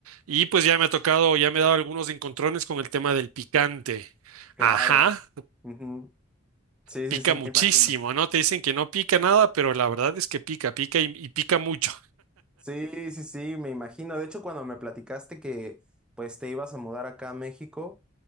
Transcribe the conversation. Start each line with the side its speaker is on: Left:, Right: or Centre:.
Right: Y pues ya me ha tocado, ya me he dado algunos encontrones con el tema del picante.
Centre: Claro.
Right: Ajá,
Centre: Ujú. Sí,
Right: pica
Centre: sí, sí,
Right: muchísimo,
Centre: me imagino.
Right: ¿no? Te dicen que no pica nada, pero la verdad es que pica, pica y, y pica mucho.
Centre: Sí, sí, sí, me imagino. De hecho, cuando me platicaste que pues te ibas a mudar acá a México,